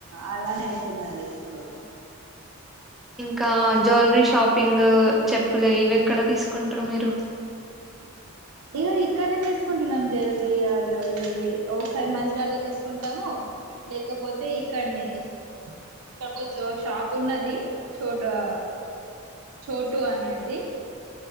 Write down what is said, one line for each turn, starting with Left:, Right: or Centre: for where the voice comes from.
Right: అలానే అయితున్నది ఇప్పుడు
Centre: ఇంకా జ్యూలరీ షాపింగ్ చెప్పులు ఇవ్వెక్కడ తీసుకుంటారు మీరు
Right: ఇగో ఇక్కడనే దిసుకుంటున్నాం జ్యువలరీ జ్యులరీ ఒకసారి మంచిర్యాళ్ళ దిసుకుంటాము లేకపోతే ఇక్కడ్నే ఇక్కకోన్ షో షాప్పూన్నది చోటా చోటు అనేది